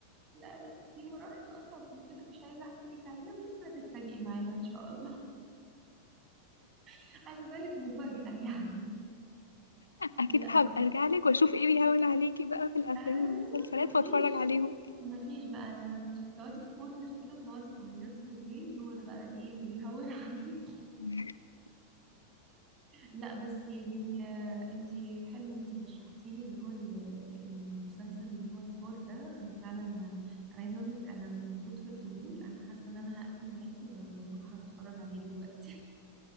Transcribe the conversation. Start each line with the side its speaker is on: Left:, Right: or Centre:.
Right: لا لا في مراحل اصعب من كده مش عايزة احكي لك عليها بس هتتفاجئي معانا ان شاء الله <laughs> عايزة بالك مفاجأة يعني
Left: أكيد
Right: لا
Left: هبقى
Right: بس
Left: أرجع لك وأشوف إيه بيهون عليكي بقى في الأفلام
Right: ايوه
Left: والمسلسلات
Right: مفيش
Left: وأتفرج عليهم
Right: مفيش بقى تقعدي في كورنر كده وتقعدي تعيطي بالليل هو ده بقى ايه اللي بيهون <laughs> عليك
Left: <laughs>
Right: لا بس يعني آه، انتي حلو انتي رشحتي لي اللي هو ال- المسلسل اللي هو الفور ده انا فعلا انا عايزه اقول لك انا من كتر الفضول انا حاسه ان انا هقفل معاكي و- واروح اتفرج عليه دلوقتي